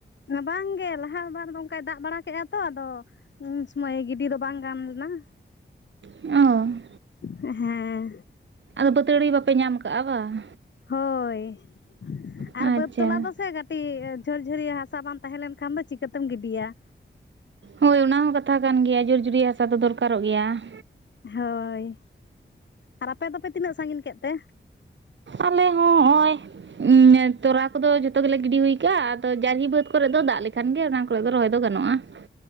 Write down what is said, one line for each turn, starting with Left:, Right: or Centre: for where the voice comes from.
Left: ᱵᱟᱝᱜᱮ ᱞᱟᱦᱟ ᱵᱟᱨ ᱫᱚ ᱚᱱᱠᱟᱭ ᱫᱟᱜ ᱵᱟᱲᱟ ᱠᱮᱫᱼᱟ ᱛᱚ ᱟᱫᱚᱼᱼ ᱩᱱ ᱥᱚᱢᱚᱭ ᱜᱤᱰᱤ ᱫᱚ ᱵᱟᱝ ᱜᱟᱱ ᱞᱮᱱᱟ ᱾
Right: ᱚ
Left: ᱦᱮᱸ
Right: ᱟᱫᱚ ᱵᱟᱹᱛᱟᱹᱲᱤ ᱵᱟᱯᱮ ᱧᱟᱢ ᱠᱟᱜᱼᱟ ᱵᱟᱝ?
Left: ᱦᱳᱭ,
Right: ᱟᱪᱪᱷᱟ
Left: ᱟᱨ ᱵᱟᱹᱫᱽ ᱛᱚᱞᱟ ᱫᱚᱥᱮᱼᱼ ᱠᱟᱹᱴᱤᱡ ᱡᱷᱚᱨᱡᱷᱚᱨᱤᱭᱟᱹ ᱦᱟᱥᱟ ᱵᱟᱝ ᱛᱟᱦᱮᱸ ᱞᱮᱱ ᱠᱷᱟᱱ ᱫᱚ ᱪᱤᱠᱟᱹᱛᱮᱢ ᱜᱤᱰᱤᱭᱟ ᱾
Right: ᱦᱳᱭ ᱚᱱᱟ ᱦᱚᱸ ᱠᱟᱛᱷᱟ ᱠᱟᱱ ᱜᱮᱭᱟ, ᱡᱷᱚᱨ ᱡᱷᱩᱨᱤᱭᱟᱹ ᱦᱟᱥᱟ ᱫᱚ ᱫᱚᱨᱠᱟᱨᱚᱜ ᱜᱮᱭᱟ ᱾
Left: ᱦᱳᱭ ᱟᱨ ᱟᱯᱮ ᱫᱚᱯᱮ ᱛᱤᱱᱟᱹᱜ ᱥᱟᱺᱜᱤᱧ ᱠᱮᱫ ᱛᱮ?
Right: ᱟᱞᱮ ᱦᱚᱸ ᱱᱚᱜᱼᱚᱭᱼᱼ ᱛᱚᱨᱟ ᱠᱚᱫᱚ ᱡᱷᱚᱛᱚ ᱜᱮᱞᱮ ᱜᱤᱰᱤ ᱦᱩᱭᱠᱟᱜᱼᱟ, ᱟᱫᱚ ᱡᱟᱹᱨᱤ ᱵᱟᱹᱫᱽ ᱠᱚᱨᱮ ᱫᱚ ᱫᱟᱜ ᱞᱮᱠᱷᱟᱱ ᱜᱮ ᱚᱱᱟ ᱠᱚᱼᱼ ᱠᱚ ᱫᱚ ᱨᱚᱦᱚᱭ ᱫᱚ ᱜᱟᱱᱚᱜᱼᱟ ᱾